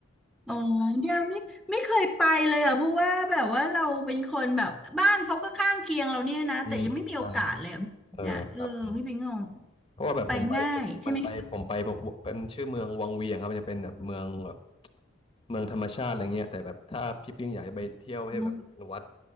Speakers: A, in the centre; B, on the left.
A: อ๋อเนี่ยไม่ไม่เคยไปเลยอ่ะเพราะว่าแบบว่าเราเป็นคนแบบบ้านเขาก็ข้างเคียงเราเนี่ยนะ
B: อืมอืมใช่
A: แต่ยังไม่มีโอกาสเลยอะพี่เนี่ยเออพี่ปิงงง
B: เออครับอืมเพราะว่าแบบผมไป
A: ไปง่ายใช่ไหมคะ
B: มันไปผมไปบอกว่าเป็นชื่อเมืองวังเวียงครับมันจะเป็นแบบเมืองแบบเมืองธรรมชาติอะไรเงี้ยแต่แบบถ้าพี่ปิ้งอยากจะไปเที่ยวให้แบบเป็นวัด
A: อ๋